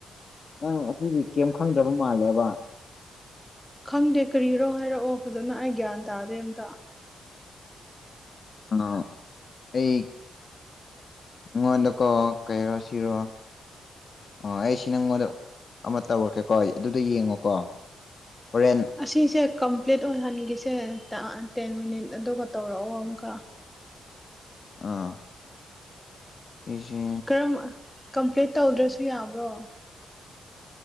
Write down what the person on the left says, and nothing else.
ꯅꯪ ꯑꯁꯤꯒꯤ ꯀꯩꯝ ꯈꯪꯗꯕ ꯃꯥꯜꯂꯦꯕ
ꯑ ꯑꯩ ꯑꯩꯉꯣꯟꯗꯀꯣ ꯀꯩꯔꯣ ꯁꯤꯔꯣ ꯑꯣ ꯑꯩ ꯁꯤ ꯅꯪꯉꯣꯟꯗ ꯑꯃ ꯇꯧꯔꯛꯀꯦꯀꯣ ꯑꯩ ꯑꯗꯨꯗ ꯌꯦꯡꯉꯣꯀꯣ ꯍꯣꯔꯦꯟ
ꯑꯥ ꯑꯦꯁꯦ